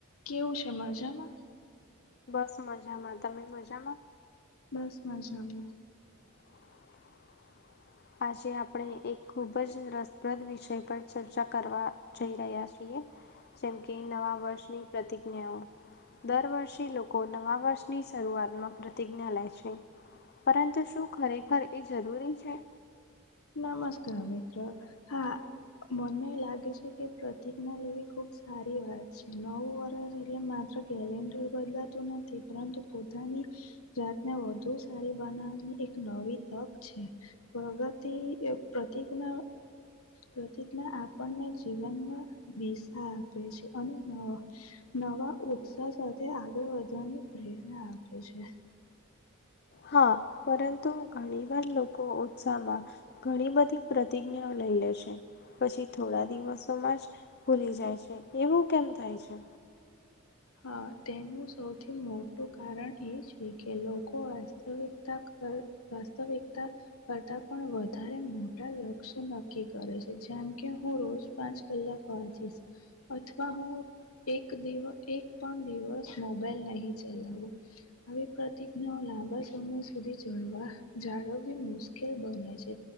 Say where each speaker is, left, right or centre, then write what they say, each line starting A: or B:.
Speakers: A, on the left (about 85°); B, on the left (about 50°).
A: કેવું છે મજામાં?
B: બસ મજામાં તમે મજામાં?
A: બસ મજામાં.
B: <inaudible> આજે આપણે એક ખૂબ જ રસપ્રદ વિષય પર ચર્ચા કરવા જઈ રહ્યા છીએ. જેમ કે નવા વર્ષની પ્રતિજ્ઞાઓ દર વર્ષે લોકો લોકો નવા વર્ષની શરૂઆતમાં પ્રતિજ્ઞા લે છે. પરંતુ શું ખરેખર એ જરૂરી છે.
A: નમસ્કાર મિત્ર હા મને લાગે છે. કે પ્રતિજ્ઞા લેવી ખુબ સારી વાત છે નવું વર્ષ એટલે માત્ર કેલેન્ડર બદલાતું નથી. પરંતુ પોતાની જાતને વધુ સારી બનાવાની એક નવી તક છે પ્રગતિ પ્રતિજ્ઞ પ્રતિજ્ઞા આપણને જીવનમાં દિશા આપે છે અને નવા ઉત્સાહ સાથે આગળ વધવાની પ્રેરણા આપે છે.
B: હા પરંતુ ઘણી વાર લોકો ઉત્સાહમાં ઘણી બધી પ્રતિજ્ઞાઓ લઈ લે છે. પછી થોડા દિવસોમાં જ ભુલી જાય છે એવું કેમ થાય છે?
A: હા તેનું સૌથી મોટું કારણ એ છે કે લોકો વાસ્તવિકતા કર વાસ્તવિકતા કરતા પણ વધારે મોટા લક્ષ્ય નક્કી કરે છે જેમ કે હું રોજ પાંચ કલાક <unintelligible> અથવા હું એક દિવ એક પણ દિવસ મોબાઈલ નહી ચલાવું. આવી પ્રતિજ્ઞાઓ લાંબા સમય સુધી જળવા જાળવવી મુશ્કેલ બને છે.